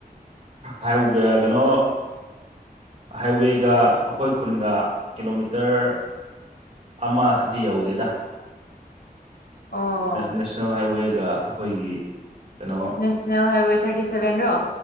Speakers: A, on the right; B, on the left.
A: ꯍꯥꯏꯋꯦ ꯀꯩꯅꯣ ꯍꯥꯏꯋꯦꯒ ꯑꯩꯈꯣꯏ ꯈꯨꯟꯒ ꯀꯤꯂꯣꯃꯤꯇꯔ ꯑꯃꯗꯤ ꯌꯧꯗꯦꯗ
B: ꯑꯣ
A: ꯅꯦꯁꯅꯦꯜ ꯍꯥꯏꯋꯦꯒ ꯑꯩꯈꯣꯏꯒꯤ ꯀꯩꯅꯣ
B: ꯅꯦꯁꯅꯦꯜ ꯍꯥꯏꯋꯦ ꯊꯥꯔꯇꯤ ꯁꯕꯦꯟꯔꯣ